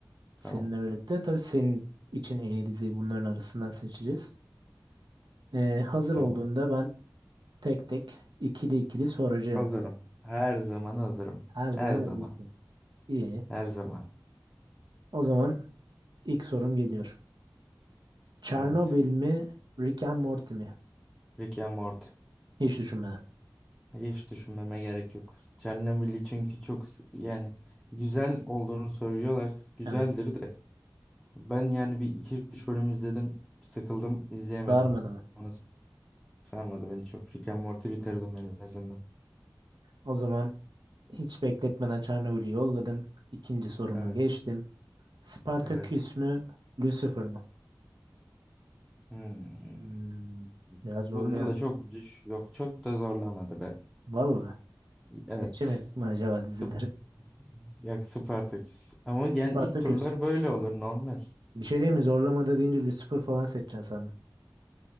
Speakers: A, in the centre; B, on the right (about 70°).
A: Tamam.
B: Seninle birlikte. Tabii senin için en iyi diziyi bunların arasından seçeceğiz. Ee, hazır
A: Tamam.
B: olduğunda ben Tek tek ikili ikili soracağım.
A: Hazırım. Her zaman hazırım.
B: Her
A: Her
B: zaman
A: zaman.
B: hazırsın. İyi.
A: Her zaman.
B: O zaman ilk sorum geliyor. Çernobil
A: Evet.
B: mi, Rick and Morty mi?
A: Rick and Morty.
B: Hiç düşünmeden.
A: Hiç düşünmeme gerek yok. Chernobyl'i çünkü çok s- yani güzel olduğunu söylüyorlar. Güzeldir
B: Evet.
A: de. Ben yani bir iki üç bölüm izledim. Sıkıldım, izleyemedim.
B: Darmadı mı?
A: Sonrası sarmadı beni çok. Rick and Morty bitirdim ben en azından.
B: O zaman hiç bekletmeden Çernobil'i yolladım. İkinci soruma
A: Evet,
B: geçtim. Spartaküs
A: evet.
B: mü, Lucifer mı?
A: Hmm.
B: Hmm, biraz zorlayan.
A: Bunda da çok düş yok çok da zorlamadı be.
B: Vallahi
A: Evet.
B: seçemedik mi acaba dizileri?
A: Sp- Ya Spartaküs. Ama yani
B: <laughs> Spartaküs.
A: ilk turlar böyle olur normal.
B: Bir şey değil mi? Zorlamada deyince Lucifer falan seçeceksin sandım.